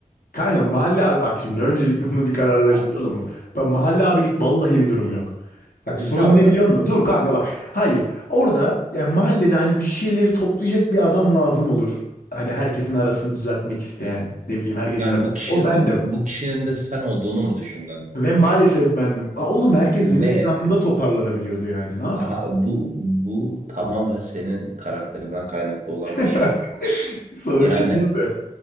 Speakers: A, on the left; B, on the right.
A: Kanka mahalle abi bak şimdi öncelikle onu bir kararlaştıralım
B: Ha.
A: mı? Bak mahalle abilik vallahi bir durum yok. Bak
B: E,
A: sorun
B: tamam.
A: ne
B: e,
A: biliyor musun? Dur kanka bak. Hayır. Orada yani mahallede hani bir şeyleri toplayacak bir adam lazım olur. Hani herkesin arasını düzeltmek isteyen. Ne bileyim herkesin
B: Yani
A: arasını.
B: bu kişi
A: O bendim.
B: bu kişinin de sen olduğunu mu düşündün?
A: Ve maalesef bendim. Aa, Oğlum herkes
B: Ne?
A: benim etrafımda toparlanabiliyordu yani. Ne yapayım?
B: Aha, bu bu tamamen senin karakterinden kaynaklı olan
A: <laughs>
B: bir şey.
A: Sana
B: Yani
A: bir şey diyeyim mi?